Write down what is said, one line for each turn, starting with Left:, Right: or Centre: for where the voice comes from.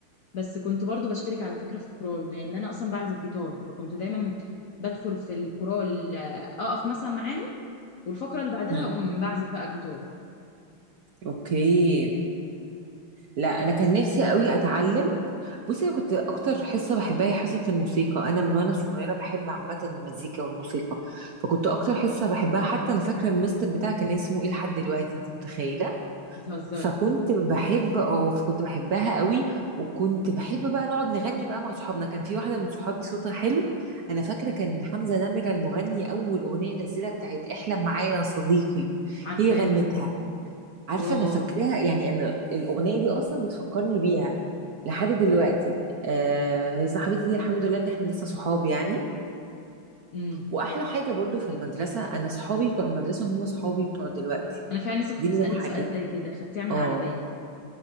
Left: بس كنت برضو بشترك على فكره في الكورال لان انا اصلا بعزف جيتار فكنت دايما بدخل في الكورال آه، اقف مثلا معاهم والفقره اللي بعدها
Right: امم
Left: اقوم بعزف بقى جيتار
Right: اوكي لا انا كان
Left: بس
Right: نفسي قوي اتعلم بصي انا كنت اكتر حصه بحبها هي حصه الموسيقى انا من وانا صغيره بحب عامه المزيكا والموسيقى فكنت اكتر حصه بحبها حتى انا فاكره المستر بتاعي كان اسمه ايه لحد دلوقتي انت متخيله
Left: بتهزري
Right: فكنت بحب اه فكنت بحبها قوي وكنت بحب بقى نقعد نغني بقى مع صحابنا كان في واحده من صحابي صوتها حلو انا فاكره كان حمزه نمره المغني اول اغنيه نزلها بتاعت احلم معايا يا صديقي
Left: عارفاها
Right: هي غنتها عارفة
Left: واو
Right: أنا فاكراها يعني أنا الأغنية دي أصلا بتفكرني بيها لحد دلوقتي آه هي صاحبتي دي الحمد لله إن إحنا لسه صحاب يعني
Left: امم
Right: وأحلى حاجة برضو في المدرسة أنا صحابي بتوع المدرسة هم صحابي بتوع دلوقتي
Left: انا فعلا لسه كنت
Right: دي
Left: هسالك
Right: من الحاجات
Left: سؤال زي كده خدتيها من
Right: اه
Left: على بالي